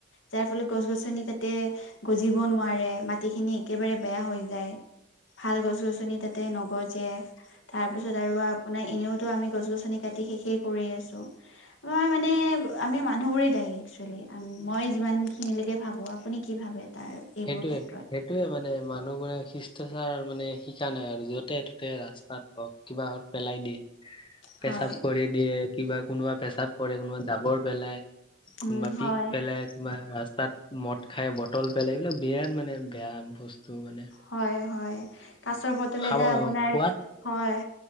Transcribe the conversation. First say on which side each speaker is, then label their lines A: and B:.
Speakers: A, on the left (about 80°); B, on the left (about 25°).
A: যাৰ ফলত গছ গছনি তাতে গজিব নোৱাৰে মাটিখিনি একেবাৰে বেয়া হৈ যায় ভাল গছ গছনি তাতে নগজে তাৰ পিছত আৰু আপোনাৰ এনেওতো আমি গছ গছনি কাটি শেষে কৰি আছো আমাৰ মানে আমি মানুহ বোৰে দায়ী একচুৱেলি আম মই যিমান খিনিলৈকে ভাবো আপুনি কি ভাবে তাৰ এইবোৰ
B: সেইটোয়ে
A: ক্ষেত্ৰত
B: সেই সেইটোৱে মানে মানুহবোৰে শিষ্টাচাৰ মানে শিকা নাই আৰু যতে ততে ৰাস্তাত অ কিবাহত পেলাই দিয়ে
A: হয়
B: পেচাপ কৰি দিয়ে কিবা কোনোবা পেছাপ পৰে কোনোবা জাবৰ পেলাই
A: উম,
B: কোনোবা
A: হয়,
B: পিক পেলাই বা ৰাস্তাত মদ খাই বটল পেলাই এইবিলাক বিৰাট মানে বেয়া বস্তু মানে
A: হয় হয় কাচৰ বটল
B: খাব
A: এটা আপোনাৰ
B: খোৱাত
A: হয়